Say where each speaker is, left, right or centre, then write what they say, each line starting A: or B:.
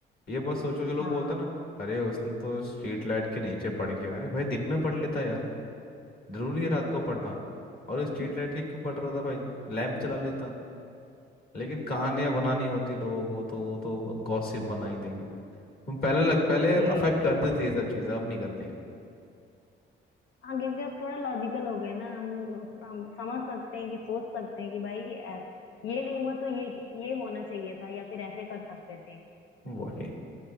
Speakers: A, on the left (about 45°); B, on the left (about 80°).
A: ये मत सोचो कि लोग
B: हाँ
A: बोलते हैं ना अरे उसने तो स्ट्रीट लाइट के नीचे पढ़ गया अरे भाई दिन में पढ़ लेता यार जरूरी है रात को पढ़ना और स्ट्रीट
B: हाँ <laughs>
A: लाइट के क्यों पढ़ रहा था भाई लैंप चला लेता लेकिन कहानियां बनानी होती लोगों को तो वो तो गॉसिप बना ही देंगे तुम पहले लग, पहले
B: ये
A: अफेक्ट
B: तो
A: करते थे ये सब चीजें अब नहीं करते
B: हाँ क्योंकि अब थोड़ा लॉजिकल हो गया ना हम हम समझ सकते हैं कि सोच सकते हैं कि भाई ऐ- ये नहीं हुआ तो ये ये होना चाहिए था या फिर ऐसे कर सकते थे
A: वही